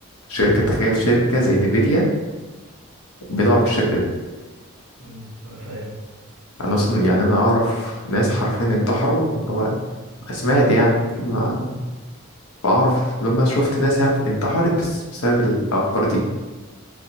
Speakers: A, on the left; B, on the right.
A: شركة تخيل شركة زي نيفيديا بتقع بالشكل ده
B: امم انا فاهم
A: انا اصلا يعني انا اعرف ناس حرفيا انتحروا اللي هو سمعت يعني ما بعرف لما شفت ناس يعني انتحرت بس بسبب الاخبار دي